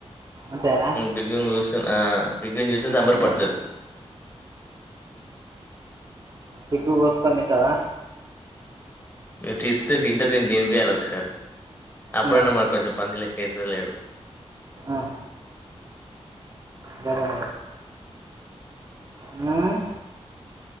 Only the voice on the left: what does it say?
పిగ్గుని చూసు ప జూసీ సాబంర పడుతు
టిూస్డే తిన్టే ద దిన బయాల ఒక సారీ అప్పుడన్న
మరి కొంచెం పందిలే కేతులేదు